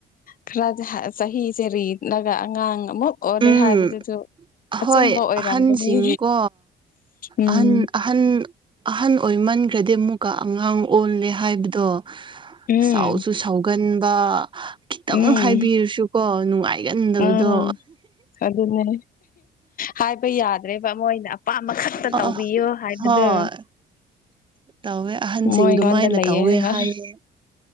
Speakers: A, on the left (about 55°); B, on the right (about 30°).
A: ꯈꯔꯖ ꯁꯍꯤꯁꯦ ꯔꯤ ꯅꯒ ꯑꯉꯥꯡ ꯑꯃꯨꯛ ꯑꯣꯜꯂꯦ
B: ꯎꯝ
A: ꯍꯥꯏꯕꯗꯨꯁꯨ
B: ꯍꯣꯏ
A: ꯑꯆꯨꯝꯕ ꯑꯣꯏꯔꯝꯒꯅꯤ
B: ꯑꯍꯟꯁꯤꯡꯀꯣ
A: ꯎꯝ
B: ꯑꯍꯟ ꯑꯍꯟ ꯑꯍꯟ ꯑꯣꯏꯃꯟꯈ꯭ꯔꯗꯤ ꯑꯃꯨꯛꯀ ꯑꯉꯥꯡ ꯑꯣꯜꯂꯦ ꯍꯥꯏꯕꯗꯣ
A: ꯎꯝ
B: ꯁꯥꯎꯁꯨ ꯁꯥꯎꯒꯟꯕ ꯈꯤꯇꯪ
A: ꯎꯝ
B: ꯍꯥꯏꯕꯤꯔꯁꯨꯀꯣ ꯅꯨꯡꯉꯥꯏꯒꯟꯗꯕꯗꯣ
A: ꯑꯥ ꯑꯗꯨꯅꯦ ꯍꯥꯏꯕ ꯌꯥꯗ꯭ꯔꯦꯕ ꯑꯃꯣꯏꯅ ꯑꯄꯥꯝꯕ ꯈꯛꯇ
B: ꯑ
A: ꯇꯧꯕꯤꯌꯨ ꯍꯥꯏꯕꯗꯨꯣ
B: ꯍꯣꯏ ꯇꯧꯋꯦ ꯑꯍꯟꯁꯤꯡꯗꯨꯃꯥꯏꯅ
A: ꯃꯣꯏꯉꯣꯟꯗ ꯂꯩꯌꯦ
B: ꯇꯧꯋꯦ
A: ꯍꯥꯏꯕ
B: ꯍꯥꯏꯌꯦ